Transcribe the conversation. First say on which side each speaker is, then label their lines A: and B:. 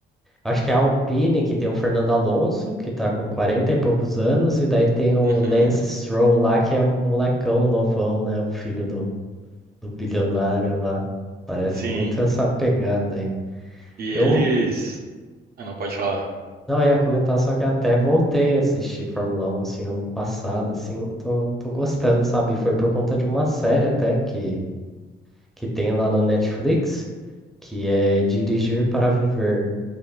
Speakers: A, in the centre; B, on the right.
A: Acho que é a Alpine, que tem o Fernando Alonso, que tá com 40 e poucos anos, e daí tem o
B: Uhum,
A: Lance Stroll lá, que é um molecão novão, né? O filho do, do bilionário lá. Parece
B: sim.
A: muito essa pegada aí.
B: E eles,
A: Eu
B: ah, não pode falar.
A: não eu ia comentar, só que até voltei a assistir Fórmula 1, assim, ano passado, assim, tô, tô gostando, sabe? Foi por conta de uma série até que, que tem lá na Netflix, que é Dirigir para Viver.